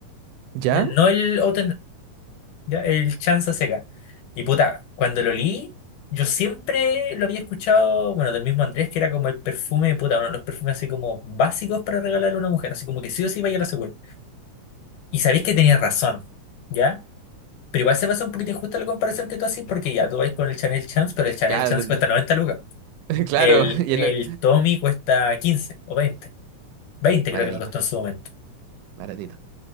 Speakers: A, on the right (about 80°); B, on the left (about 80°).
A: ¿Ya?
B: Ya, No el O Ya, el chanza seca. Y puta, cuando lo leí, yo siempre lo había escuchado, bueno, del mismo Andrés, que era como el perfume, puta, uno de los perfumes así como básicos para regalarle a una mujer, así como que sí o sí vaya a la segura. Y sabéis que tenía razón, ¿ya? Pero igual se me hace un poquito injusta la comparación que tú haces, porque ya tú vais con el Chanel Chance, pero el Chanel
A: Claro,
B: Chance cuesta 90 lucas.
A: <laughs> claro.
B: El,
A: Y
B: el
A: el...
B: Tommy cuesta quince o veinte veinte
A: Baratito,
B: creo que me costó en su momento.
A: baratito.